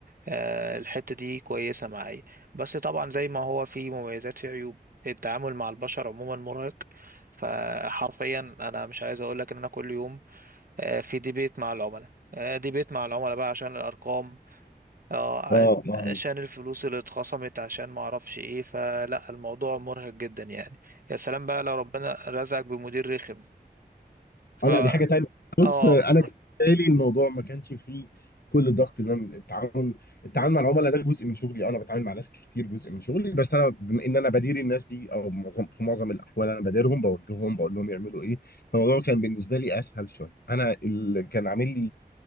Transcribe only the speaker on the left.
اه
اه
اه لا دي حاجة تانية بص
انا بالنسبة لي الموضوع ما كانش فيه كل الضغط اللي انا التعامل التعامل مع العملاء ده جزء من شغلي آه، انا بتعامل مع ناس كتير جزء من شغلي بس انا بما ان انا بدير الناس دي او معظم في معظم الاحوال انا بديرهم بوجههم بقول لهم يعملوا ايه فالموضوع كان بالنسبة لي اسهل شوية انا اللي كان عامل لي